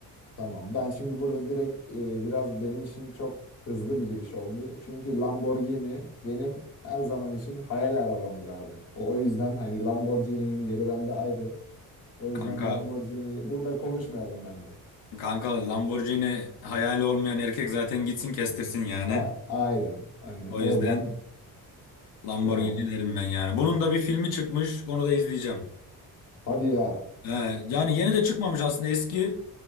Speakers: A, on the left; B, on the left.
A: Tamam. Ben şimdi burada direkt e, biraz benim için çok hızlı bir giriş oldu. Çünkü Lamborghini benim her zaman için hayal arabamdır abi. O, o yüzden hani Lamborghini'nin yeri bende ayrı. O yüzden
B: Kanka
A: Lamborghini burada konuşmayalım bence.
B: kanka Lamborghini hayali olmayan erkek zaten gitsin kestirsin yani.
A: Ah, aynen. Aynen.
B: O yüzden
A: Oradan
B: Lamborghini
A: devam.
B: derim ben yani. Bunun da bir filmi çıkmış. Onu da izleyeceğim.
A: Hadi ya.
B: He, yani yeni de çıkmamış aslında. Eski